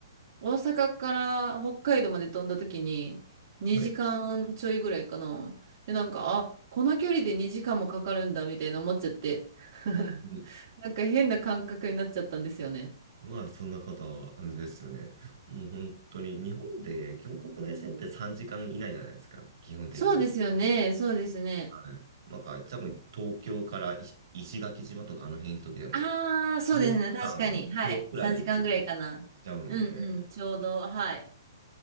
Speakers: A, on the right (about 45°); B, on the right (about 65°).
A: 大阪から北海道まで飛んだ時に2時間ちょいぐらいかな。
B: はい。
A: で、なんか、あ、この距離で2時間もかかるんだみたいな思っちゃって。<laughs>
B: うん
A: なんか変な感覚になっちゃったんですよね。
B: まあ、そんな方ですよね。もう本当に、日本って基本国内線って3時間以内じゃないですか、基本的に。
A: そうですよね。そうですね。
B: はい。なんか、多分東京から石石垣島とかあの辺行く時でも、
A: ああ、そうですね。
B: 3時間今日くらいで行けてし
A: 確かに。はい。3時間ぐらいかな。
B: ちゃうんで、
A: うんうん。ちょうど。はい。